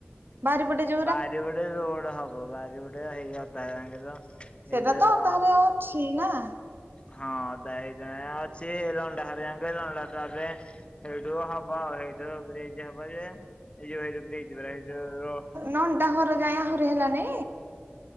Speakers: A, on the right; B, on the left.
A: ବାରିପଟେ ଯୋ
B: ବାରିପଟେ ରୋଡ୍ ହବ ବାରି ପଟେ ହେଇ ଅଧା ଯାଙ୍କେ ତ
A: ସେଟା
B: ଏଇ ଯୋଉ
A: ତ ଅଧାରେ ଅଛି ନା
B: ହଁ ଦାଇ ଜଣେ ଅଛି ଲଣ୍ଡା ହେରିଆଙ୍କୁ କହି ଲଣ୍ଡା ଟା ଦେ। ଏଉଠୁ ହବ ଆଉ ସେଇଠୁ ସେଇଠି ହବ ଯେ ଏଇ ଯୋଉ ହେଇଠୁ ଦେଇଚୁ ପରା ଏଇ ଯୋଉ ର
A: ନଣ୍ଡା ଘର ଯାଏ ଆହୁରି ହେଲାନି?